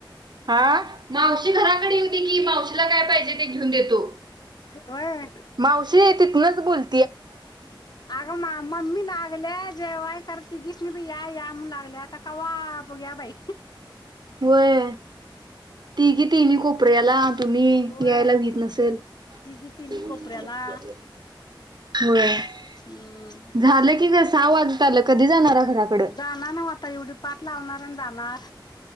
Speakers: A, on the right (about 55°); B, on the left (about 55°).
A: हा मावशीला घराकडे येऊ दे कि मावशीला काय पाहिजे ते घेऊन देतो
B: होय
A: मावशी तिथूनच बोलते
B: अगं मा मम्मी लागले जेव्हाय करते तिघीस या या म्हण लागल्या आता कवा बघ्या बाई
A: होय ती घे तिने कोपऱ्यात ला तुम्ही
B: होय
A: यायला भत नसेल
B: तिघी तिन्ही
A: होय
B: कोपऱ्याला
A: तिघी तिनी कोपऱ्यात
B: हम्म
A: झालं की ग सहा वाजत आल्यात कधी जाणारा घराकड
B: जाणार ना आता एवढी पाठ लावणार आणि जाणार